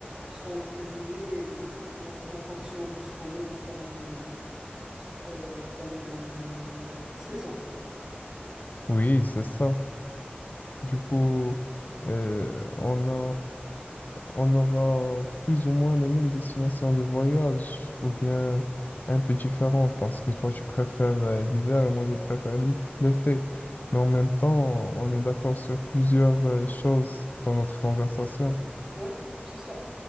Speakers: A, on the right; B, on the left.
A: seront déterminées euh, en, en fonction de ce qu'on aime comme, euh, euh, comme euh, saison.
B: Oui, c'est ça. Du coup, euh, on a, on aura plus ou moins les mêmes destinations de voyage, ou bien un peu différentes, parce que toi, tu préfères euh, l'hiver et moi, je préfère l'hi- l'été. Mais en même temps, on est d'accord sur plusieurs euh, choses dans notre conversation.
A: Oui, c'est ça.